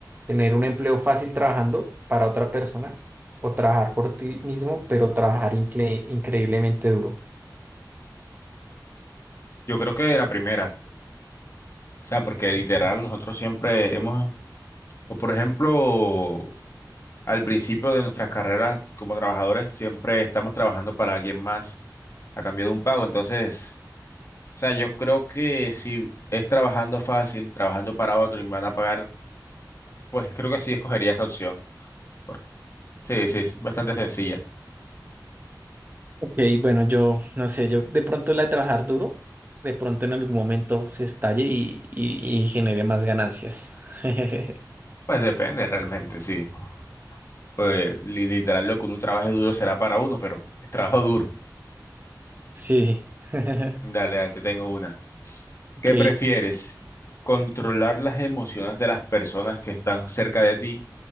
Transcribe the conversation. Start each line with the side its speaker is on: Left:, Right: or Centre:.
Right: tener un empleo fácil trabajando para otra persona o trabajar por ti mismo, pero trabajar incre- increíblemente duro.
Left: Yo creo que la primera, o sea, porque literal nosotros siempre hemos, o por ejemplo, al principio de nuestras carreras como trabajadores siempre estamos trabajando para alguien más a cambio de un pago, entonces, o sea, yo creo que si es trabajando fácil, trabajando para otro y me van a pagar, pues creo que sí escogería esa opción. Por- Sí, sí, sí, bastante sencilla.
Right: Ok, bueno, yo no sé, yo de pronto la de trabajar duro, de pronto en algún momento se estalle y, y, y genere más ganancias. <laughs>
Left: Pues depende realmente, sí. Pues li- literal, lo que uno trabaje duro será para uno, pero es trabajo duro.
Right: Sí. <laughs>
Left: Dale, ahí te tengo una.
Right: Ok.
Left: ¿Qué prefieres? ¿Controlar las emociones de las personas que están cerca de ti